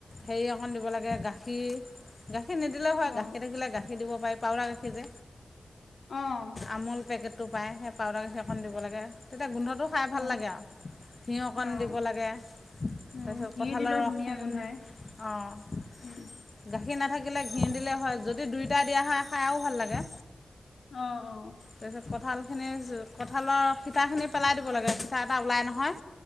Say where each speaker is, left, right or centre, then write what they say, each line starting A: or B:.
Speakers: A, on the left (about 45°); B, on the left (about 75°).
A: হেৰি অকণ দিব লাগে গাখীৰ। গাখীৰ নিদিলেও হয়,
B: অ'।
A: গাখীৰ থাকিলে গাখি দিব পাৰি, পাউডাৰ
B: অ',
A: আমোল পেকেট টো পায় সেই পাউডাৰ গাখিৰ অকণ দিব লাগে তেতিয়া গোন্ধটো খাই
B: অ',
A: ভাল লাগে আৰু। ঘিউ অকণ
B: অ',
A: দিব লাগে। তাৰপিছত
B: উম, ঘি
A: কঁঠালৰ
B: দিলেও
A: ৰসখিনি,
B: ধুনীয়া গোন্ধাই
A: অ'।
B: উম,
A: গাখীৰ নাথাকিলে ঘি দিলে হয় যদি দুয়োটা দিয়া হয় খাই আও ভাল লাগে।
B: অ', অ'।
A: তাৰপিছত কঁঠালখিনি কঁঠালৰ সিঠাখিনি পেলাই দিব লাগে, সিঠা এটা ওলাই নহয়।